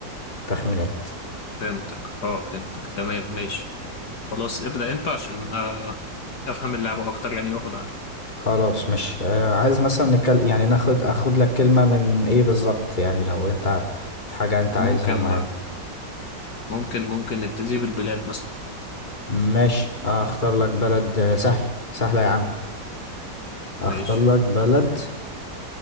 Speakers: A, on the left; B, on the left.
A: تخمينات
B: فهمتك اه فهمتك تمام ماشي خلاص ابدأ انت عشان آه، افهم اللعبة اكتر يعني واخد عليك
A: خلاص مش آه، عايز مثلا نتكلم يعني ناخد اخد لك كلمة من ايه بالظبط يعني لو انت حاجة انت عايزها
B: ممكن
A: معينة
B: آه، ممكن ممكن نبتدي بالبلاد مثلا
A: ماشي اختار لك بلد آه، سهلة سهلة يا عم اختار
B: ماشي
A: لك بلد